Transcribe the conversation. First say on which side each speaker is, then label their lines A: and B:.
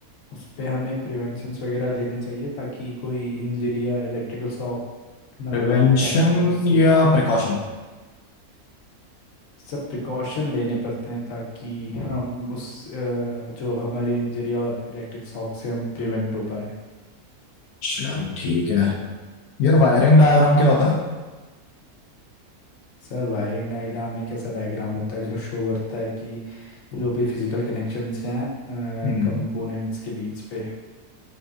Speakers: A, on the left (about 65°); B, on the left (about 85°).
A: उस पे हमें प्रिवेंशंस वगैरह लेने चाहिए ताकि कोई इंजरी या इलेक्ट्रिकल शॉक ना
B: प्रिवेंशन
A: लग पाए और उससे
B: या प्रिकॉशन
A: सब प्रिकॉशन लेने पड़ते हैं ताकि हम उस अ, जो हमारी इंजरी और इलेक्ट्रिक शॉक से हम प्रिवेंट हो पाए
B: चलो ठीक है यार वायरिंग डायग्राम क्या होता है
A: सर वायरिंग डायग्राम एक ऐसा डायग्राम होता है जो शो करता है कि जो भी फिजिकल कनेक्शंस हैं
B: हम्म,
A: कंपोनेंट्स के बीच पे